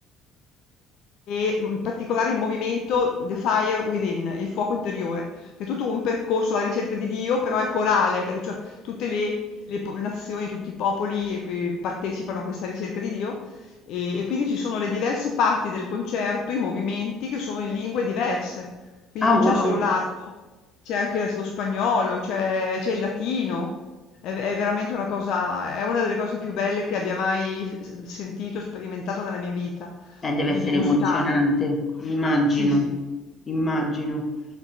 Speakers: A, on the left; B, on the left.
A: E, mhmm, in particolare il movimento The Fire Within, il fuoco interiore, che è tutto un percorso alla ricerca di Dio, però è corale, perché cioè tutte le le po nazioni, tutti i popoli qui partecipano a questa ricerca di Dio, ehm, e quindi ci sono le diverse parti del concerto, i movimenti che sono in lingue diverse. Quindi
B: ah,
A: non c'è
B: wow,
A: solo l'arabo, c'è anche adesso lo spagnolo, c'è c'è il latino. È v è veramente una cosa è una delle cose più belle che abbia mai s s sentito, sperimentato nella mia vita
B: eh, deve
A: di,
B: essere
A: di musicale.
B: emozionante, immagino,
A: Sì, sì.
B: immagino.